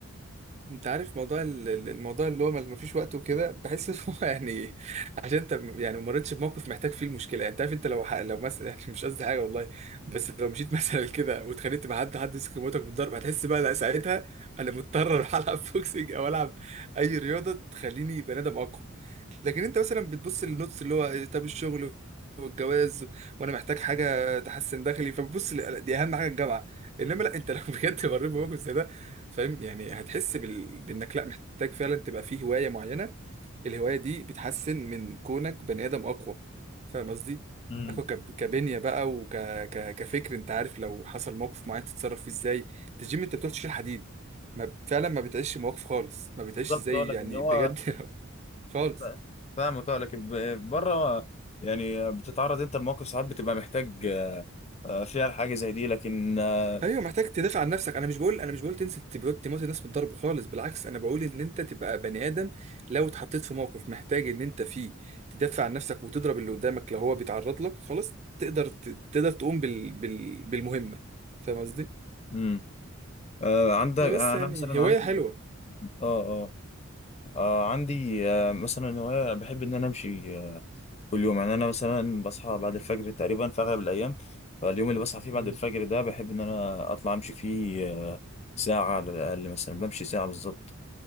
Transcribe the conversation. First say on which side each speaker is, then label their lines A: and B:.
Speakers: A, on the right; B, on the left.
A: انت عارف موضوع ال- ال- الموضوع اللي هو ما ما فيش وقت وكده بحس ان هو <laughs> يعني عشان انت م- يعني ما مريتش بموقف محتاج فيه المشكله يعني انت عارف انت لو ح- لو مثلا <laughs> يعني مش قصدي حاجه والله بس لو مشيت <laughs> مثلا كده واتخانقت مع حد حد يمسك موتك بالضرب هتحس بقى لا ساعتها انا مضطر اروح <laughs> العب بوكسنج او العب اي رياضه تخليني بني ادم اقوى لكن انت مثلا بتبص للنوتس اللي هو طب الشغل والجواز وانا محتاج حاجه تحسن دخلي فبتبص ل- دي اهم حاجه الجامعه انما لا انت لو <laughs> بجد مريت بموقف زي ده فاهم يعني هتحس بال... بانك لا محتاج فعلا تبقى فيه هوايه معينه الهوايه دي بتحسن من كونك بني ادم اقوى فاهم قصدي
B: امم
A: اخو كب- كبنيه بقى وك ك... كفكر انت عارف لو حصل موقف معين تتصرف فيه ازاي انت الجيم انت بتروح تشيل حديد ما... فعلا ما بتعيش مواقف خالص ما بتعيش
B: بالظبط
A: ازاي
B: اه لكن
A: يعني
B: هو
A: بجد <laughs> خالص
B: لا، فاهمك اه لكن ب- بره يعني بتتعرض انت لمواقف ساعات بتبقى محتاج آه، فيها الحاجه زي دي لكن آه،
A: ايوه محتاج تدافع عن نفسك انا مش بقول انا مش بقول تنزل تبقى تموت الناس بالضرب خالص بالعكس انا بقول ان انت تبقى بني ادم لو اتحطيت في موقف محتاج ان انت فيه تدافع عن نفسك وتضرب اللي قدامك لو هو بيتعرض لك خلاص تقدر ت- تقدر تقوم بال... بال... بالمهمه فاهم قصدي
B: امم آه، عندك
A: بس
B: آه،
A: يعني
B: انا مثلا
A: هوايه
B: عندي
A: حلوه
B: اه اه آه، عندي آه، مثلا هوايه بحب ان انا امشي آه، كل يوم يعني انا مثلا بصحى بعد الفجر تقريبا في اغلب الايام فاليوم اللي بصحى فيه بعد
A: مم.
B: الفجر ده بحب ان انا اطلع امشي فيه آه، ساعه على الاقل مثلا بمشي ساعه بالظبط